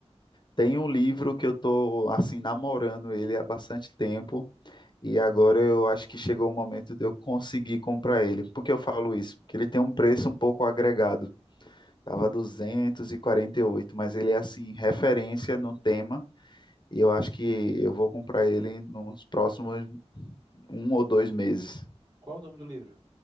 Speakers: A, on the left; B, on the right.
A: Tem um livro que eu tô assim namorando ele há bastante tempo e agora eu acho que chegou o momento de eu conseguir comprar ele. Por que eu falo isso? Porque ele tem um preço um pouco agregado. Tava 248, mas ele é assim referência no tema e eu acho que eu vou comprar ele nos próximos um ou dois meses.
B: Qual o nome do livro?